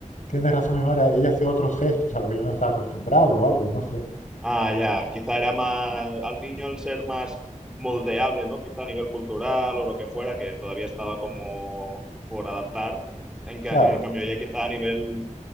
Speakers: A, on the left; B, in the centre.
A: Tienes razón, mi Mara, ella hacía otros gestos a lo que yo no estaba acostumbrado o algo, no sé.
B: Ah, ya, quizá era más al niño al ser más moldeable, ¿no? Quizá a nivel cultural o lo que fuera, que todavía estaba como por adaptar. En, ca-
A: Claro,
B: en cambio, ya quizá a nivel,